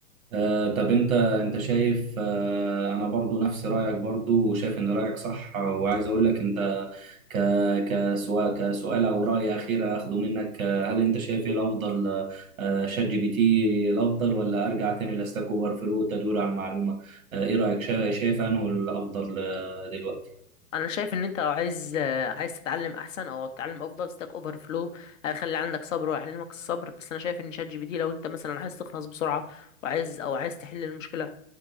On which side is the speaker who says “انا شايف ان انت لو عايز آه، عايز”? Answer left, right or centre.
Left